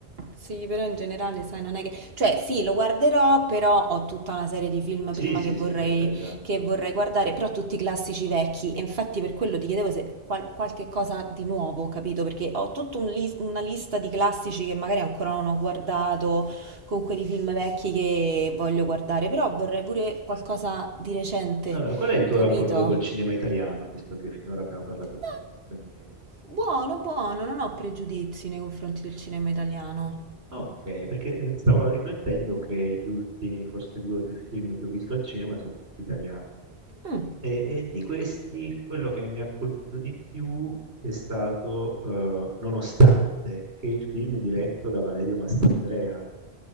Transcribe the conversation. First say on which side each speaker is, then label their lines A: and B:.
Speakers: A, on the right; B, on the right.
A: Sì, però in generale, sai, non è che... Cioè, sì, lo guarderò, però ho tutta una serie di film
B: Sì,
A: prima
B: sì,
A: che vorrei,
B: sì, per carità.
A: che vorrei guardare, però tutti classici vecchi. E infatti per quello ti chiedevo se qual- qualche cosa di nuovo, capito? Perché ho tutta un lis- una lista di classici che magari ancora non ho guardato, comunque di film vecchi che voglio guardare, però vorrei pure qualcosa di recente,
B: Allora, qual è il tuo
A: capito?
B: rapporto col cinema italiano, visto che finora abbiamo parlato di
A: No,
B: film stranieri?
A: buono, buono, non ho pregiudizi nei confronti del cinema italiano.
B: Ok, perché eh, stavo riflettendo che gli ultimi, forse due o tre film che ho visto al cinema sono tutti italiani.
A: Mm.
B: E, e di questi quello che mi ha colpito di più è stato eh, Nonostante, che è il film diretto da Valerio Mastandrea.